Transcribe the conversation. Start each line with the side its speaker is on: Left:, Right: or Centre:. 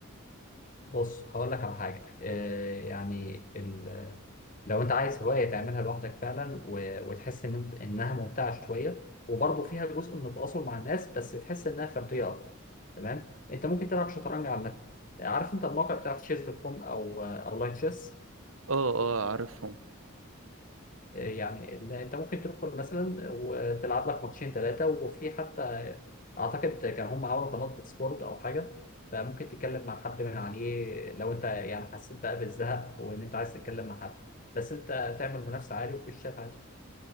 Left: بص هقول لك على حاجه آه، يعني ال... لو انت عايز هوايه تعملها لوحدك فعلا و... وتحس ان انت انها ممتعه شويه وبرضه فيها جزء من التواصل مع الناس بس تحس انها فرديه اكتر تمام انت ممكن تلعب شطرنج على النت عارف انت الموقع بتاع تشيز دوت كوم او آه، او لايك تشيس
Right: اه اه عارفهم
Left: يعني ال- انت ممكن تدخل مثلا وتلعب لك ماتشين ثلاثه وفي حتى اعتقد كان هم عملوا قناه ديسكورد او حاجه فممكن تتكلم مع حد من عليه لو انت يعني حسيت بقى بالزهق وان انت عايز تتكلم مع حد بس انت تعمل منافسه عالي وفي الشات عادي